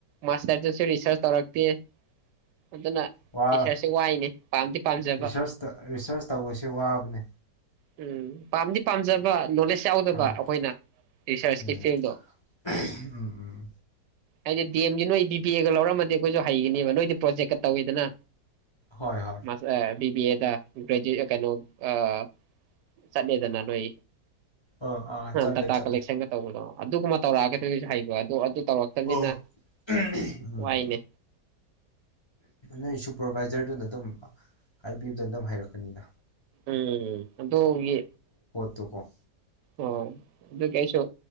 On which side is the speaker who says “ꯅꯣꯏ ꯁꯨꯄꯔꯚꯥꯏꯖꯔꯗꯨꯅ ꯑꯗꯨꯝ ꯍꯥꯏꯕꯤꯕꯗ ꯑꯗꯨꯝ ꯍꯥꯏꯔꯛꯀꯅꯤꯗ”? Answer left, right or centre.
Left